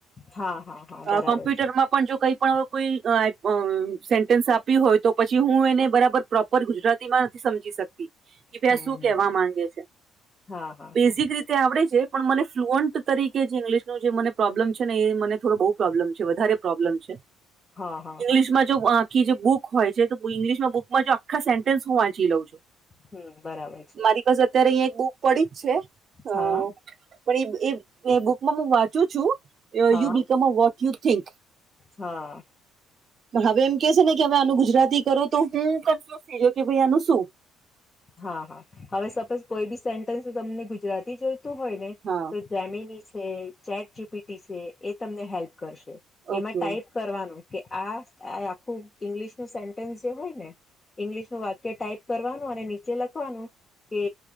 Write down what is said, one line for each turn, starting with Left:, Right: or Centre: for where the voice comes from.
Left: હા હા હા
Right: અ
Left: બરાબર
Right: કોમ્પ્યુટરમાં
Left: છે
Right: પણ જો કઈ પણ કોઈ અ સેન્ટન્સ આપ્યું હોય તો પછી હું એને બરાબર પ્રોપ ગુજરાતીમાં નથી સમજી શકતી કે ભાઈ
Left: હમ
Right: શું
Left: હમ.
Right: કેવા માંગે છે
Left: હા હા
Right: બેઝિક
Left: હા
Right: રીતે તે આવડે છે પણ મને ફ્લુઅન્ટ તરીકે જે ઇંગ્લિશ પ્રોબ્લેમ છે ને એ મને થોડો બહુ પ્રોબ્લેમ છે વધારે પ્રોબ્લેમ છે
Left: હા હા
Right: ઇંગ્લશમાં
Left: હા
Right: આખી જે બુક હોય છે તો ઇંગ્લિશમાં બુકમાં આખા સેન્ટેન્સ હું વાંચી લઉં છું
Left: હમ બરાબર છે
Right: મારી પાસે અત્યારે અહીયાં એક બુક પડી જ છે અ
Left: હા
Right: પણ એ એ બુકમાં હું વાંચું છું
Left: હા
Right: યુ become a what you think.
Left: હા.
Right: પણ હવે એમ કે છે ને કે હવે આનું ગુજરાતી કરો તો હું કન્ફ્યુઝ થઈયો કે ભાઈ આનું શું.
Left: હા હા હવે સપોઝ કોઈ બી સેન્ટન્સ તમને ગુજરાતી જોઈતું હોય ને,
Right: હા
Left: તો ગમીની છે ચેટ જી પી ટી છે એ તમને હેલ્પ કરશે,
Right: ઓકે
Left: એમાં ટાઈપ કરવાનું કે આ આખું ઈંગ્લિશ નું સેન્ટન્સ જે હોય ને. ઈંગ્લિશનું વાક્ય ટાઈપ કરવાનું અને નીચે લખવાનું. કે